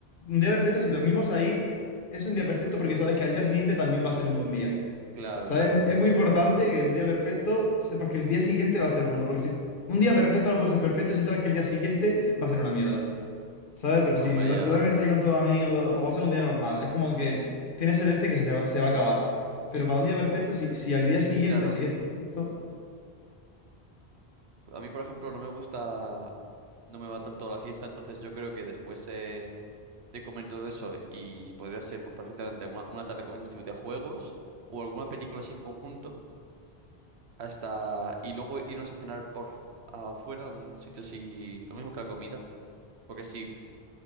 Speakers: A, on the left; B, on the right.
A: Un día perfecto, si dormimos ahí, es un día perfecto porque sabes que al día siguiente también va a ser un buen día.
B: Claro,
A: ¿Sabes?
B: claro.
A: Es muy es muy importante que un día perfecto sepas que el día siguiente va a ser bueno, porque si un día perfecto no puede ser perfecto si sabes que el día siguiente va a ser una mierda. ¿Sabes?
B: Mm,
A: Pero si
B: Hombre,
A: va-
B: ya.
A: duermes
B: pues.
A: ahí con tus amigos o va a ser un día normal, es como que tienes el este que se, te va, se va a acabar.
B: Y
A: Pero para un día perfecto, si, si al día siguiente
B: claro,
A: sigues teniendo esto...
B: a mí, por ejemplo, no me gusta, no me va tanto la fiesta, entonces yo creo que después eh, de comer todo eso y podría ser pues perfectamente una, una tarde, como dices tú, de juegos o alguna película así en conjunto. hasta y luego irnos a cenar por fu- afuera, algún sitio así, lo mismo que la comida, porque si,